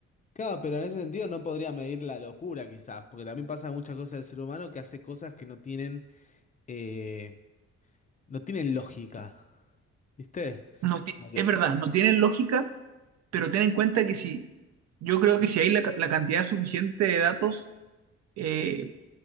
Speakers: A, on the left; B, on the right.
A: Claro, pero en ese sentido no podría medir la locura quizás, porque también pasa muchas cosas del ser humano que hace cosas que no tienen, eh, no tienen lógica, ¿viste?
B: No ti-
A: Como que-
B: es verdad, no tiene lógica, Pero ten en cuenta que si, yo creo que si hay la, ca- la cantidad suficiente de datos, eh,